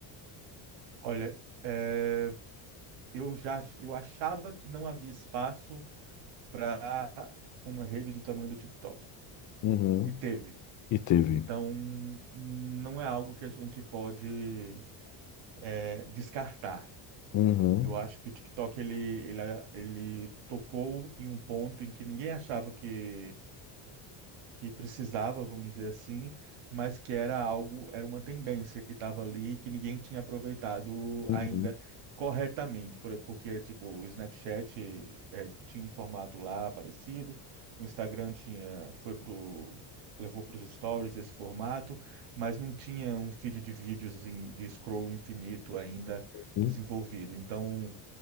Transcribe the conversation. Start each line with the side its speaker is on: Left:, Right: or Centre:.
Right: Olha, é, eu já eu achava que não havia espaço para uma rede do tamanho do TikTok.
Left: Uhum.
Right: E teve.
Left: E teve.
Right: Então, não é algo que a gente pode é, descartar.
Left: Uhum.
Right: Eu acho que o TikTok ele, ele, ele tocou em um ponto em que ninguém achava que que precisava, vamos dizer assim, mas que era algo, era uma tendência que estava ali e que ninguém tinha aproveitado
Left: Uhum.
Right: ainda corretamente, por- porque tipo, o Snapchat eh, tinha um formato lá parecido, o Instagram tinha, foi pro levou para os stories esse formato, mas não tinha um feed de vídeos em- de scroll infinito ainda
Left: Uhum.
Right: desenvolvido. Então,